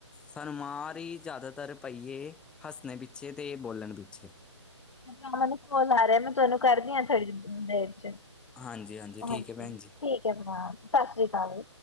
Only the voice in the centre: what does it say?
ਸਾਨੂੰ ਮਾਰ ਈ ਜਾਦਾਤਰ ਪਈਏ ਹਸਣੇ ਪੀਛੇ ਜੇ ਤੇ ਏ ਬੋਲਣ ਪਿੱਛੇ।
ਹਾਂਜੀ
ਠੀਕ ਹੈ ਭੈਣ
ਜੀ।